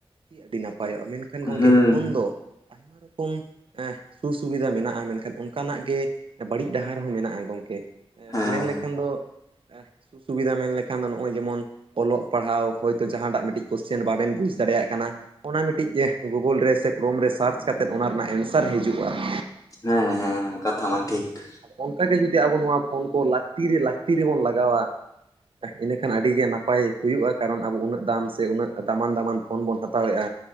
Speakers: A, on the right; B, on the left.
A: ᱟᱹᱰᱤ ᱱᱟᱯᱟᱭᱚᱜᱼᱟ, ᱢᱮᱱᱠᱷᱟᱱ ᱜᱚᱢᱠᱮ
B: ᱦᱩᱸ
A: ᱯᱷᱳᱱ ᱫᱚ ᱱᱟᱱᱟᱨᱚᱠᱚᱢ ᱥᱩᱠ ᱥᱩᱵᱤᱫᱟ ᱢᱮᱱᱟᱜᱼᱟ ᱢᱮᱱᱠᱷᱟᱱ ᱚᱱᱠᱟᱱᱟᱜ ᱜᱮ ᱵᱟᱹᱲᱤᱡ ᱰᱟᱦᱟᱨ ᱦᱚᱸ ᱢᱮᱱᱟᱜ ᱟᱨ ᱜᱚᱢᱠᱮ
B: ᱦᱮᱸ
A: ᱢᱮᱱ ᱞᱮᱠᱷᱟᱱ ᱫᱚ ᱥᱩ ᱥᱵᱤᱫᱟ ᱢᱮᱱ ᱞᱮᱠᱷᱟᱱ ᱱᱚᱜᱼᱚᱭ ᱡᱮᱢᱚᱱ ᱚᱞᱚᱜ ᱯᱟᱲᱦᱟᱣ ᱦᱚᱭᱛᱳ ᱡᱟᱦᱟᱴᱟᱜ ᱢᱤᱫᱴᱤᱡ ᱠᱚᱥᱪᱮᱱ ᱵᱟᱵᱮᱱ ᱵᱩᱡᱽ ᱫᱟᱲᱮᱭᱟᱜ ᱠᱟᱱᱟ ᱚᱱᱟ ᱢᱤᱫᱴᱤᱡ ᱜᱩᱜᱳᱩᱞ ᱨᱮ ᱥᱮ ᱠᱚᱨᱳᱢ ᱨᱮ ᱥᱟᱨᱪ ᱠᱟᱛᱮᱮᱫ ᱚᱱᱟ ᱨᱮᱱᱟᱜ ᱮᱱᱥᱟᱨ ᱦᱤᱡᱩᱜᱼᱟ ᱾
B: ᱦᱮᱸ ᱦᱮᱸ ᱠᱟᱛᱷᱟ ᱢᱟ ᱴᱷᱤᱠ ᱾
A: ᱚᱱᱠᱟ ᱜᱮ ᱡᱩᱫᱤ ᱟᱵᱚ ᱱᱚᱣᱟ ᱯᱷᱳᱱ ᱠᱚ ᱞᱟᱹᱠᱛᱤ ᱨᱮ ᱞᱟᱹᱠᱛᱤ ᱨᱮᱵᱚᱱ ᱞᱟᱜᱟᱣᱟ ᱤᱱᱟᱹᱠᱷᱟᱱ ᱟᱹᱰᱤᱜ ᱱᱟᱯᱟᱭ ᱦᱩᱭᱩᱜᱼᱟ ᱠᱟᱨᱚᱱ ᱟᱵᱚ ᱩᱱᱟᱹᱜ ᱫᱟᱢ ᱥᱮ ᱩᱱᱟᱹᱜ ᱫᱟᱢᱟᱱ ᱫᱟᱢᱟᱱ ᱯᱷᱳᱱ ᱵᱚᱱ ᱦᱟᱛᱟᱣᱮᱫᱼᱟ